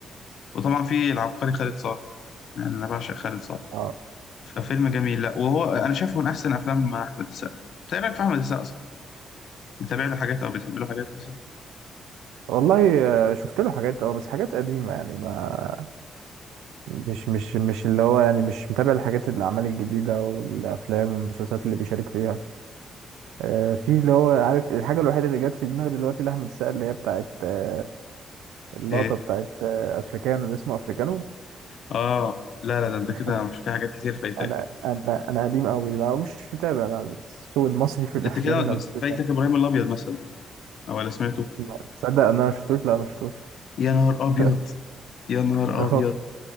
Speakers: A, on the left (about 65°); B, on the right (about 75°).
A: وطبعا في العبقري خالد صالح يعني أنا بعشق خالد صالح
B: اه
A: ففيلم جميل لا وهو أنا شايفه من أحسن أفلام أحمد السقا بتابعك في أحمد السقا صحيح بتابع له حاجات أو بتحب له حاجات مثلا
B: والله آه، شفت له حاجات اه بس حاجات قديمة يعني ما مش مش مش اللي هو يعني مش متابع الحاجات الأعمال الجديدة والأفلام والمسلسلات اللي بيشارك فيها آه، في اللي هو عارف الحاجة الوحيدة اللي جت في دماغي دلوقتي لأحمد السقا اللي هي بتاعت آه، اللقطة
A: إيه
B: بتاعت آه، أفريكانو اللي اسمه أفريكانو
A: آه لا لا ده أنت
B: <laughs>
A: كده مش في حاجات كتير فايتاك
B: أنا أنا أنا قديم أوي لا مش متابع لا السوق المصري في الأفلام
A: أنت كده
B: أنا مش متابع
A: فايتك إبراهيم الأبيض مثلا أو ولا سمعته
B: لا، تصدق أنا ما شفتوش لا ما شفتوش
A: يا نهار أبيض
B: <laughs>
A: يا نهار
B: أهو
A: أبيض